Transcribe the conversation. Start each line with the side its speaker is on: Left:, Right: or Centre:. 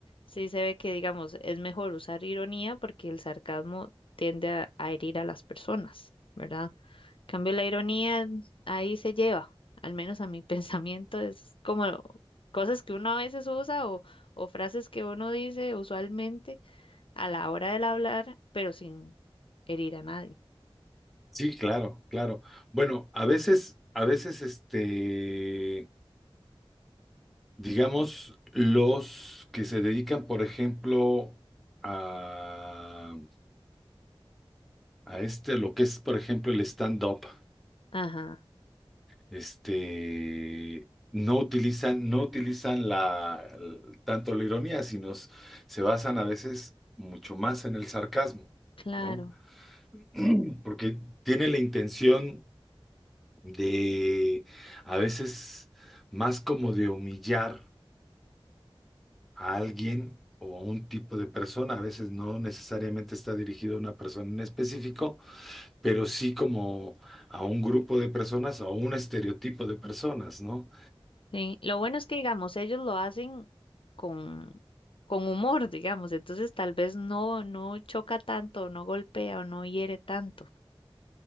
Left: sí se ve que, digamos, es mejor usar ironía porque el sarcasmo tiende a, a herir a las personas, ¿verdad? En cambio, la ironía ahí se lleva, al menos a mi <laughs> pensamiento, es como cosas que uno a veces usa o, o frases que uno dice usualmente a la hora del hablar, pero sin herir a nadie.
Centre: sí, claro, claro. Bueno, a veces, a veces, este, digamos, los que se dedican, por ejemplo, a, a este, a lo que es, por ejemplo, el stand-up.
Left: Ajá,
Centre: Este, no utilizan, no utilizan la, l- tanto la ironía, sino s- se basan a veces mucho más en el sarcasmo,
Left: claro.
Centre: ¿no? <clears throat> Porque tiene la intención de, a veces, más como de humillar a alguien o a un tipo de persona, a veces no necesariamente está dirigido a una persona en específico, pero sí como a un grupo de personas o a un estereotipo de personas, ¿no?
Left: Sí, lo bueno es que, digamos, ellos lo hacen con, con humor, digamos, entonces tal vez no, no choca tanto, no golpea o no hiere tanto.